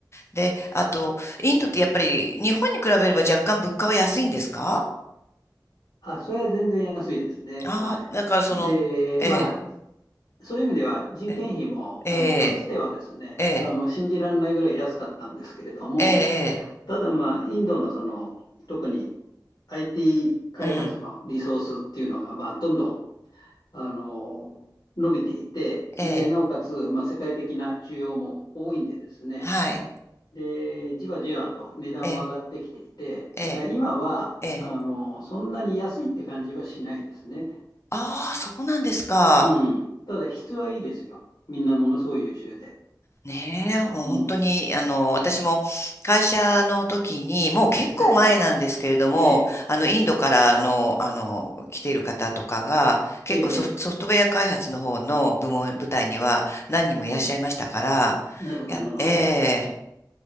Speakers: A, on the left; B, on the left.
A: で、あと、インドってやっぱり日本に比べれば若干物価は安いんですか
B: あ、それは全然安いですね。
A: ああー、
B: はい。
A: だからその、
B: で、
A: え
B: まあ、そういう意味では人件費も、
A: え、ええ、
B: あの、かつてはですね、
A: ええ、
B: あの、信じられないぐらい安かったんですけれども、
A: ええ、ええ
B: ただまあ、インドのその、特に IT 開発のリソースっていうのが、
A: うん、
B: まあ、どんどん、あの、伸びていて、
A: ええ、
B: で、なおかつ、まあ、世界的な需要も多いんでですね、
A: はい、
B: で、じわじわと値段は上がってきていて、
A: ええ、ええ、
B: だから今は、
A: ええ。
B: あの、そんなに安いって感じはしないですね。
A: ああ、そこなんですか。
B: うん。ただ質はいいですよ。みんなものすごい優秀で。
A: ねえ、本当に、
B: うん。
A: あの、私も会社の時に、もう結構前なんですけれども、
B: はい。ええ、
A: あの、インドからの、あの、来ている方とかが、結構ソフ、
B: ええ、ええ。
A: ソフトウェア開発の方の部門、部隊には何人もいらっしゃいましたから、
B: なるほど、
A: いや、
B: なるほど。
A: ええ、